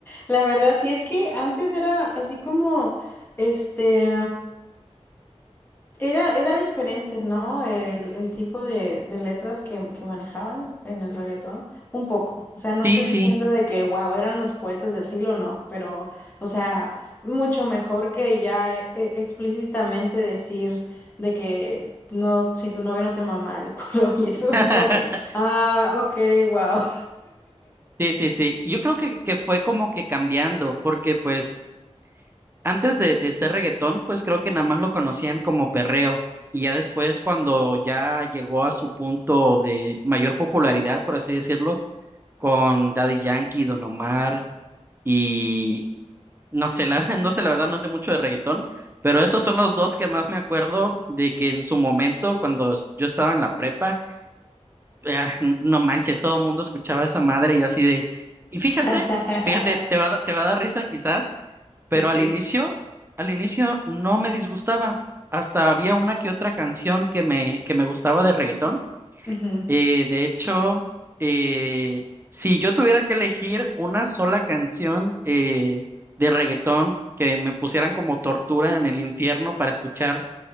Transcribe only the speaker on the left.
La verdad, sí, es que antes era así como, este, Era, era diferente, ¿no? El, el tipo de, de letras que, que manejaban en el reggaetón. Un poco. O sea, no
estoy
diciendo de que, wow, eran los poetas del siglo, no. Pero, o sea, mucho mejor que ya eh, eh, explícitamente decir de que no, si tu novio no te mama el culo. <laughs> Y eso es
como que, ah, ok, wow.
<laughs>
Ok.
Ujú.